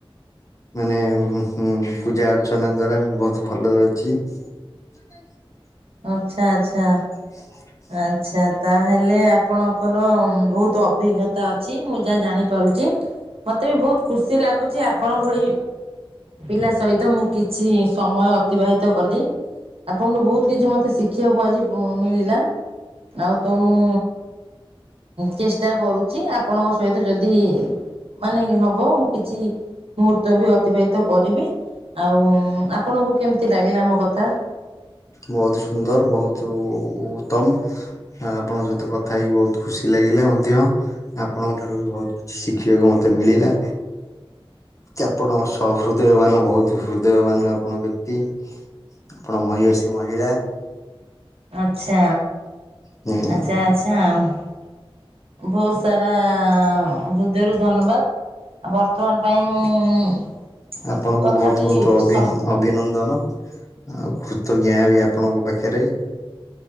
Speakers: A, on the left; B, on the right.
A: ମାନେ ଉ ପୂଜା ଅର୍ଚ୍ଚନା ଦ୍ଵାରା ମୁଁ ବହୁତ ଭଲରେ ଅଛି। <unintelligible>
B: ଆଚ୍ଛା ଆଚ୍ଛା।
A: <unintelligible>
B: ଆଚ୍ଛା ତାହେଲେ ଆପଣଙ୍କର ବହୁତ ଅଭିଜ୍ଞତା ଅ ଛି ମୁଁ ଯାହା ଜାଣିପାରୁଛି ମତେ ବି ବହୁତ ଖୁସି ଲାଗୁଛି ଆପଣଙ୍କ ଭଳି ପିଲା ସହିତ ମୁଁ କିଛି ସମୟ ଅତିବାହିତ କଲି। ଆପଣଠୁ ବହୁତ କିଛି ମତେ ଶିଖିବାକୁ ଆଜି ଉ -ମିଳିଲା। ଆଉ ତୋ ମୁଁ ଚେଷ୍ଟା କରୁଛି ଆପଣଙ୍କ ସହିତ ଯଦି ମାନେ ହବ ମୁଁ କିଛି ମୁହୂର୍ତ୍ତ ବି ଅତିବାହିତ କରିବି ଆଉ ଆପଣଙ୍କୁ କେମ ତି ଲାଗିଲା ମୋ କଥା।
A: ବହୁତ ସୁନ୍ଦର ବହୁତ ଉତ୍ତମ। ଆ ଆପଣଙ୍କ ସହିତ କଥା ହେଇକି ବହୁତ ଖୁସି ଲାଗିଲା ମଧ୍ୟ ଆପଣଙ୍କ ଠାରୁ ବି ବହୁତ କିଛି ଶିଖିବାକୁ ମତେ ମିଳିଲା ଆପଣ ସହ ହୃଦୟବାନ ବହୁତ ହୃଦୟବାନ ଆପଣ ବ୍ୟକ୍ତି ଆପଣ ମହିଅସୀ ମହିଳା।
B: ଆଚ୍ଛା
A: ହୁଁ
B: ଆଚ୍ଛା ଆଚ୍ଛା ଆଉ ବହୁତ ସାରା ହୃଦୟରୁ ଧନ୍ୟବାଦ ବର୍ତ୍ତମାନ ପାଇଁ ମୁଁ
A: ଆପଣଙ୍କୁ
B: କଥାଟି
A: ବହୁତ ବହୁତ ଅଭି
B: ସମ
A: ଅଭିନନ୍ଦନ ଆଉ କୃତଜ୍ଞା ବି ଆପଣଙ୍କ ପାଖରେ